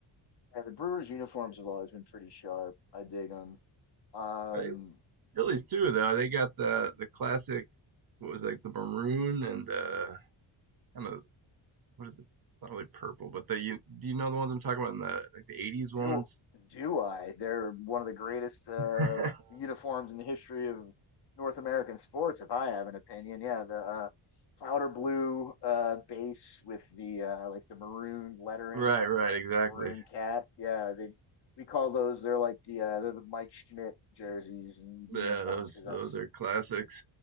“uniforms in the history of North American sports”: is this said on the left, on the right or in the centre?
Left